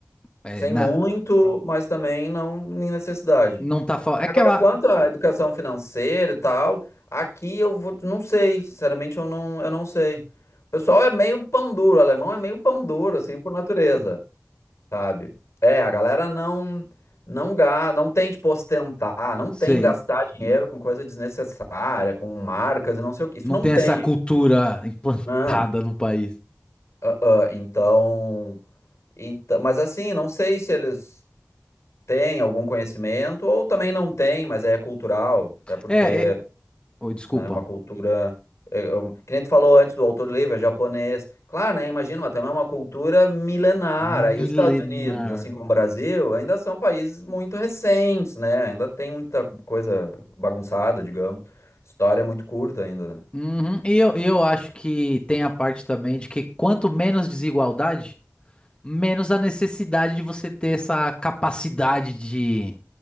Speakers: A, on the left; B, on the left.
A: é,
B: sem
A: na,
B: muito, mas também não em necessidade.
A: não tá falando.
B: Agora,
A: É que eu a-
B: quanto à educação financeira e tal, aqui eu vou, não sei, sinceramente eu não, eu não sei. O pessoal é meio pão duro, o alemão é meio pão duro, assim, por natureza, sabe? É, a galera não, não, ga, não tem, tipo, ostentar, não
A: sei,
B: tem gastar
A: n-
B: dinheiro
A: n-
B: com coisa desnecessária, com marcas e não sei o que. Isso
A: não
B: não
A: tem
B: tem,
A: essa cultura <laughs> implantada
B: não.
A: no país.
B: Ah, ah, então, então, mas assim, não sei se eles têm algum conhecimento ou também não têm, mas é cultural, até porque
A: É, é, oi, desculpa.
B: né? Uma cultura. é, é um- que nem tu falou antes do autor livre, é japonês. Claro, né? Imagina, mas também é uma cultura milenar.
A: Milenar.
B: Aí os Estados Unidos, assim como o Brasil, ainda são países muito recentes, né? Ainda tem muita coisa bagunçada, digamos. História é muito curta ainda, né?
A: Uhum, E eu, e eu acho que tem a parte também de que quanto menos desigualdade, Menos a necessidade de você ter essa capacidade de,